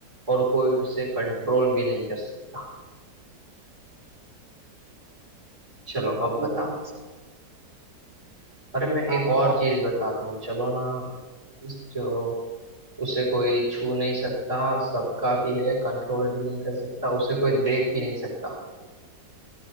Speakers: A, on the right; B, on the right.
A: और कोई उसे कंट्रोल भी नहीं कर सकता चलो
B: अभी
A: अब बताओ
B: भी नहीं
A: अरे मैं
B: आप
A: एक और
B: बता
A: चीज बताता हूँ चलो ना इस जो उसे कोई छू नहीं सकता सबका भी है कंट्रोल भी नहीं कर सकता उसे कोई देख भी नहीं सकता